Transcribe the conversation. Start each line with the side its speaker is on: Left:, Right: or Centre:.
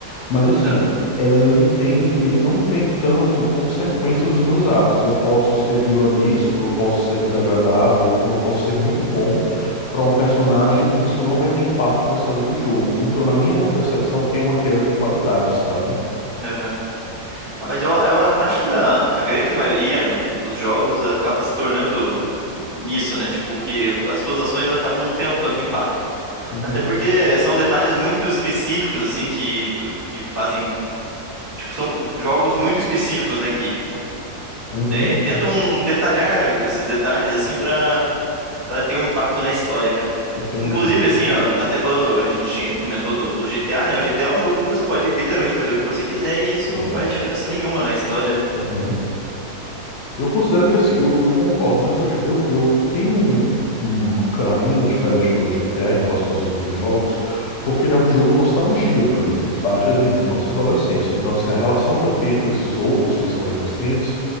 Left: Mas assim,
Right: aham,
Left: ele tem, ele não tem tanto consequência dos meus atos. Eu posso ser vilanesco, eu posso ser desagradável, ou como eu posso ser muito bom para um personagem e isso não vai ter impacto na história do jogo. Então, na minha percepção, tem uma queda de qualidade, sabe?
Right: aham. Ah, mas eu, eu acho que a, a grande maioria dos jogos acaba se tornando nisso, né? Tipo, que as suas ações acabam não tendo tanto impacto.
Left: Uhum,
Right: Até porque são detalhes muito específicos, assim, que, que fazem. Tipo, são jogos muito específicos, né? Que
Left: uhum,
Right: é, tentam detalhar esses detalhes assim para para ter um impacto na história, cara.
Left: entendi.
Right: Inclusive, assim, ó, até falando, a gente tinha- comentou do, do GTA, né? O GTA é um jogo que você pode literalmente fazer o que você quiser e isso não
Left: Sim.
Right: faz diferença nenhuma na história, né?
Left: Uhum. Eu considero porque assim, eu, eu concordo, mas eu, já- eu, eu tenho um, um carinho diferente pelo GTA em relação a esses outros jogos,
Right: Uhum,
Left: porque ele é um jogo nostalgia pra mim, ele fez parte da minha infância e adolescência. Então, assim, a relação que eu tenho com esses outros que são mais recentes,